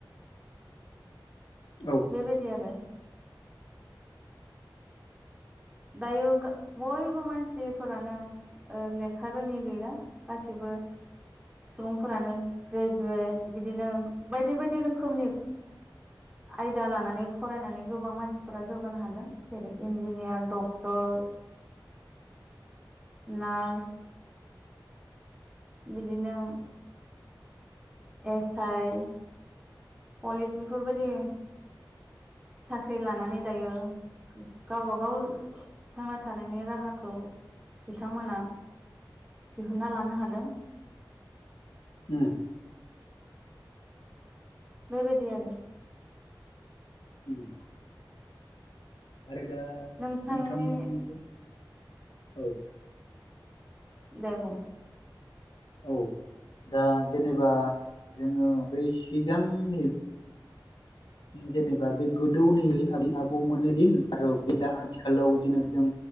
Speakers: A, on the left; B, on the right.
A: <inaudible>
B: बेबायदि आरो दायो गा बयबो मानसिफोरानो अ लेखा रोङि गैला गासिबो ओ सुबुंफोरानो ग्रेजुवेट बिदिनो बायदि-बायदि रोखोमनि आयदा लानानै फरायनानै गोबां मानसिफोरा जौगानो हादों जेरै- इन्जिनियार डक्टर नार्स बिदिनो एस आइ पलिस बेफोरबायदि
A: <inaudible>
B: साख्रि लानानै दायो गावबा गाव थांना थानायनि राहाखौ बिथांमोना दिहुनना लानो हादों।
A: उम
B: बेबायदि आरो
A: उम आरो दा
B: नोंथांनि
A: नोंथांमोननिथिं औ
B: दे बुं
A: <inaudible> औ दा जेनेबा जोङो बै सिगांनि जेनेबा बे गोदौनि आबै आबौमोननि दिन आरो बे दा आथिखालाव जेनेबा जों